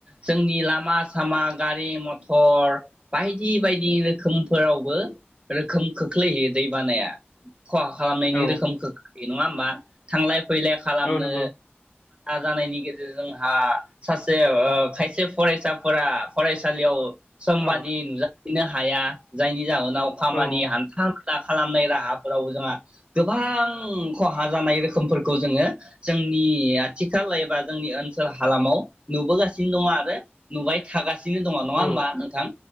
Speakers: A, on the right; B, on the left.
A: जोंनि लामा सामा गारि मथर बायदि बायदि रोखोमफोरावबो रोखोम खोख्लैहैदों बानाया खहा खालामनायनि
B: औ
A: रोखोमखौ नङा होमबा थांलाय फैलाय खालामनो
B: औ नंगौ
A: जानायनि गेजेरजोंहा सासे खायसे फरायसाफोरा फरायसालियाव समबादि
B: औ
A: नुजा नो हाया जायनि जाहोन नाव खामानि
B: औ
A: हान्था खालामनाय राहाफोराव जोंहा गोबां खहा जानाय रोखोमफोरखौ जोङो जोंनि आथिखाल एबा जोंनि ओनसोल हालामाव नुबोगासिनो दङ आरो नुबाय थागासिनो गासिनो दङ नङा
B: औ
A: होमबा नोंथां